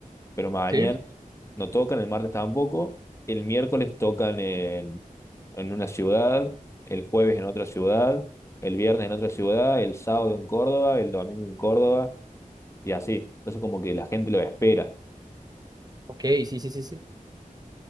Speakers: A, on the left; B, on the right.
A: Pero mañana
B: Sí.
A: no tocan, el martes tampoco, el miércoles tocan en, en una ciudad, el jueves en otra ciudad, el viernes en otra ciudad, el sábado en Córdoba, el domingo en Córdoba y así. Entonces como que la gente lo espera.
B: Ok, sí, sí, sí, sí.